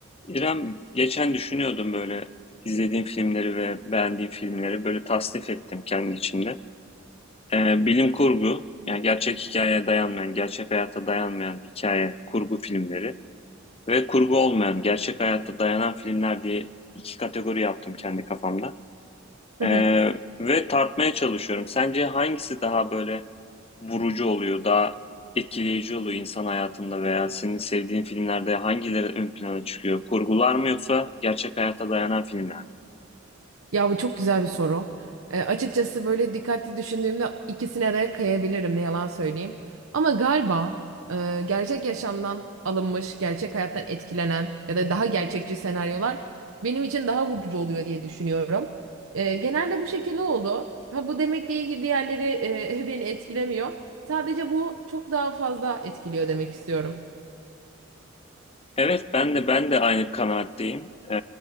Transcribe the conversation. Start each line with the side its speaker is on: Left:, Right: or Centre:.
Left: İrem geçen düşünüyordum böyle izlediğim filmleri ve beğendiğim filmleri böyle tasnif ettim kendi içimde. Ee, bilim kurgu yani gerçek hikayeye dayanmayan, gerçek hayata dayanmayan hikaye kurgu filmleri ve kurgu olmayan, gerçek hayata dayanan filmler diye iki kategori yaptım kendi kafamda.
Right: Hı
Left: Ee,
Right: hı.
Left: ve tartmaya çalışıyorum. Sence hangisi daha böyle vurucu oluyor, daha etkileyici oluyor insan hayatında veya senin sevdiğin filmlerde hangileri ön plana çıkıyor? Kurgular mı yoksa gerçek hayata dayanan filmler mi?
Right: Ya bu çok güzel bir soru. E, açıkçası böyle dikkatli düşündüğümde ikisine de kayabilirim ne yalan söyleyeyim. Ama galiba e, gerçek yaşamdan alınmış, gerçek hayattan etkilenen ya da daha gerçekçi senaryolar benim için daha vurucu oluyor diye düşünüyorum. E, genelde bu şekilde oldu. Ha bu demek değil ki diğerleri e, <laughs> beni etkilemiyor. Sadece bu çok daha fazla etkiliyor demek istiyorum.
Left: Evet, ben de ben de aynı kanaatteyim. Ee,